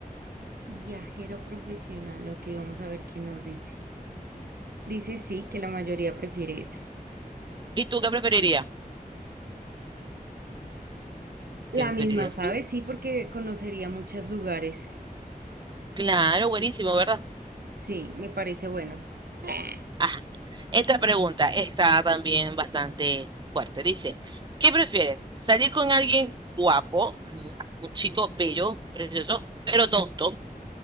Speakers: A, on the right; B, on the right.
A: Viajero profesional, ok, vamos a ver qué nos dice. Dice sí, que la mayoría prefiere eso.
B: ¿Y tú qué preferirías?
A: La
B: ¿Qué preferirías
A: misma, ¿sabes?
B: tú?
A: Sí, porque conocería muchos lugares.
B: Claro, buenísimo, ¿verdad?
A: Sí, me parece bueno. <laughs>
B: Ajá. Esta pregunta está también bastante fuerte. Dice, ¿qué prefieres? ¿Salir con alguien guapo, ujú, un chico bello, precioso, pero tonto?